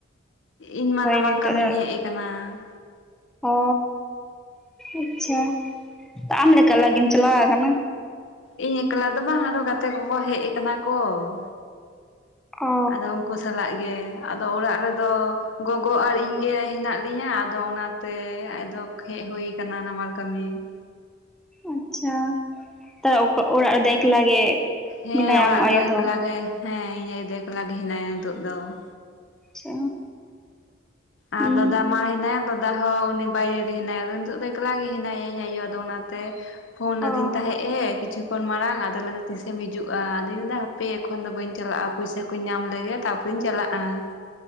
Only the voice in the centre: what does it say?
ᱱᱤᱛᱚᱜ
ᱫᱚ
ᱚ ᱟᱪᱪᱷᱟ ᱛᱚ ᱟᱢ ᱞᱮᱠᱟ ᱜᱮᱢ ᱪᱟᱞᱟᱣ ᱠᱟᱱᱟ?
ᱚ
ᱟᱪᱪᱷᱟ ᱛ ᱚᱲᱟᱜ ᱨᱮᱫᱚ ᱮᱠᱞᱟ ᱜᱮ
ᱢᱮᱱᱟᱭᱟ
ᱟᱢ
ᱟᱭᱳ
ᱫᱚ?
ᱟᱪᱪᱷᱟ ᱦᱩᱸ
ᱚ